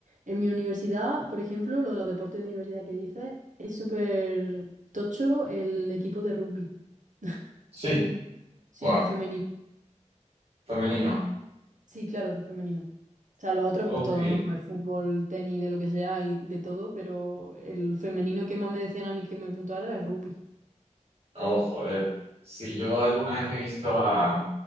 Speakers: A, on the right; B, on the right.
A: En mi universidad, por ejemplo, lo de los deportes de universidad que dices, es súper tocho el equipo de rugby. <laughs>
B: Sí,
A: Sí,
B: guau,
A: femenino.
B: femenino.
A: Sí, claro, femenino. O sea, los otros
B: Ok.
A: pues todo, ¿no? Pues fútbol, tenis, de lo que sea y de todo, pero el femenino que más me decían a mí que me apuntara era el rugby.
B: Oh, joder. Si yo alguna vez he visto a...